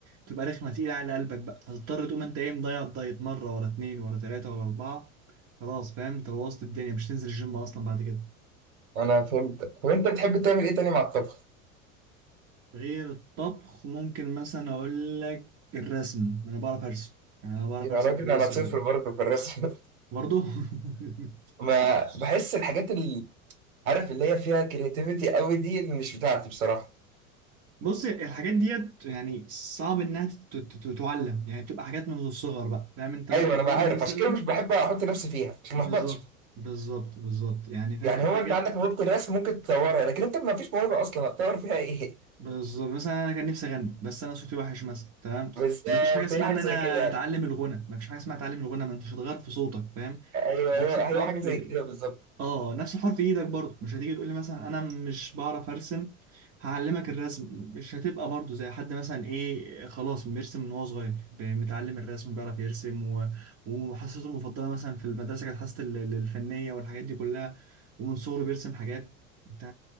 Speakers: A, on the right; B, on the right.
A: تبقى رخمة تقيلة على قلبك بقى هتضطر تقوم انت ايه مضيع الدايت مرة ورا اتنين ورا تلاتة ورا أربعة خلاص فاهم انت بوظت الدنيا مش تنزل الجيم أصلا بعد كده
B: انا فهمت طب انت بتحب تعمل ايه تاني مع الطبخ
A: غير الطبخ ممكن مثلا أقول لك الرسم أنا بعرف أرسم يعني أنا بعرف
B: يا
A: أرسم
B: راجل
A: كويس
B: انا صفر
A: أوي
B: برضه في الرسم
A: برضه
B: <laughs>
A: <laughs>
B: ما بحس الحاجات اللي عارف اللي هي فيها كرياتيفيتي قوي دي اللي مش بتاعتي بصراحه
A: بص الحاجات ديت يعني صعب انها تت- تت- تعلم يعني بتبقى حاجات منذ الصغر بقى فاهم انت من
B: ايوه
A: صغير
B: انا ما عارف
A: مثلا
B: عشان كده مش بحب احط نفسي فيها عشان
A: بالظبط
B: ما احبطش
A: بالظبط بالظبط يعني فاهم
B: يعني
A: في
B: هو
A: حاجات
B: انت عندك موهبه الرسم ممكن تطورها لكن انت ما فيش موهبه اصلا هتطور فيها ايه
A: بالظبط مثلا انا كان نفسي اغني بس انا صوتي وحش مثلا تمام
B: <laughs> بالظبط
A: ما فيش حاجه اسمها
B: هي حاجه
A: ان انا
B: زي كده يعني
A: هتعلم الغنى ما فيش حاجه اسمها هتعلم الغنى ما انتش هتغير في صوتك فاهم
B: ايوه
A: نفس
B: ايوه
A: الحوار
B: هي حاجه زي
A: في
B: كده بالظبط
A: اه نفس حرف ايدك برضه مش هتيجي تقول لي مثلا انا مش بعرف ارسم هعلمك الرسم مش هتبقى برضه زي حد مثلا ايه خلاص بيرسم من وهو صغير ب- متعلم الرسم بيعرف يرسم و... وحصته المفضله مثلا في المدرسه كانت حصه ال- ال- الفنيه والحاجات دي كلها ومن صغره بيرسم حاجات انت